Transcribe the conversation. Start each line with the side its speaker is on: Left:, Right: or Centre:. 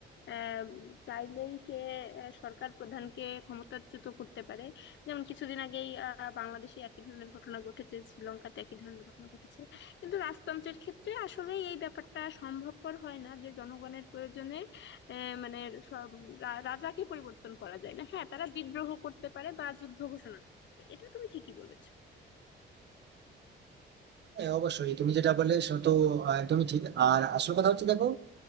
Left: আহ, চাইলেই সে আহ, সরকার প্রধানকে ক্ষমতাচ্যুত করতে পারে যেমন কিছুদিন আগেই আহ, বাংলাদেশে একই ধরনের ঘটনা ঘটেছে শ্রীলঙ্কাতে একই ধরনের ঘটনা ঘটেছে কিন্তু রাজতন্ত্রের ক্ষেত্রে আসলে এই ব্যাপারটা সম্ভবপর হয় না যে জনগণের প্রয়োজনে আহ, মানে সব রা- রাজাকে পরিবর্তন করা যায় না হ্যাঁ তারা বিদ্রোহ করতে পারে বা যুদ্ধ ঘোষণা করতে পারে। এটা তুমি ঠিকই বলেছো
Right: হ্যাঁ অবশ্যই তুমি যেটা বললে সে তো আহ, একদমই ঠিক আর আসল কথা হচ্ছে দেখো